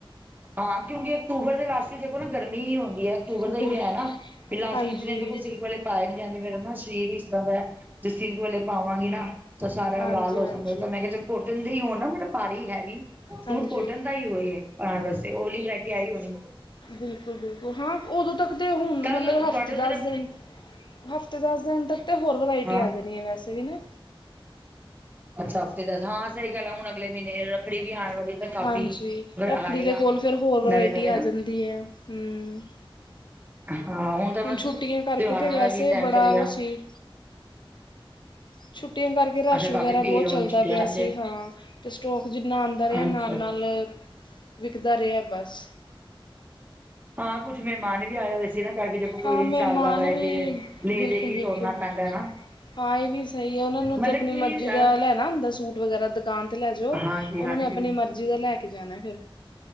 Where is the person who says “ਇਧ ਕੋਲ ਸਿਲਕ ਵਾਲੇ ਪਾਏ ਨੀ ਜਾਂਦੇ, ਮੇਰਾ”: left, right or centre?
Right